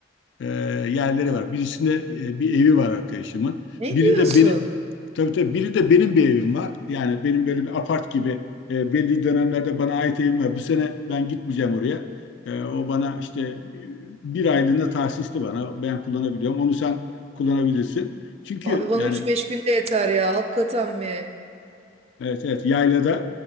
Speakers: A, on the left; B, on the right.
A: E, yerleri var. Birisinde e, bir evi var arkadaşımın.
B: Ne
A: Birinde
B: diyorsun?
A: benim tabii tabii birinde benim bir evim var. Yani benim böyle bir apart gibi e, belli dönemlerde bana ait evim var. Bu sene ben gitmeyeceğim oraya. E, o bana işte bir aylığına tahsisli bana. Ben kullanabiliyorum. Onu sen kullanabilirsin. Çünkü
B: Abi bana
A: yani
B: üç beş günde yeter ya. Hakikaten mi?
A: evet evet yaylada